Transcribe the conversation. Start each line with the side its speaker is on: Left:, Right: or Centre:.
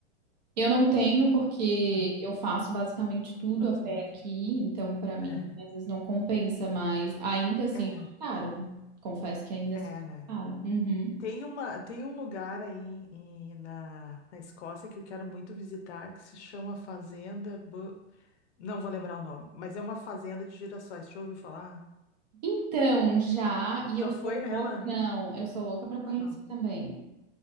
Right: Eu não tenho porque
Left: Não,
Right: eu faço basicamente tudo
Left: não
Right: a
Left: usa
Right: pé
Left: muito.
Right: aqui, então para mim
Left: É,
Right: às vezes não compensa, mas ainda assim
Left: é,
Right: é caro. Confesso que ainda
Left: é,
Right: assim é
Left: né?
Right: caro. Uhum.
Left: Tem uma, tem um lugar aí em- em- na, na Escócia que eu quero muito visitar, que se chama Fazenda... Bu- Não vou lembrar o nome, mas é uma fazenda de girassóis. Tu já ouviu falar?
Right: Então, já, e eu
Left: Já foi
Right: sou
Left: nela?
Right: louca, não, eu sou louca para conhecer
Left: Ah,
Right: também,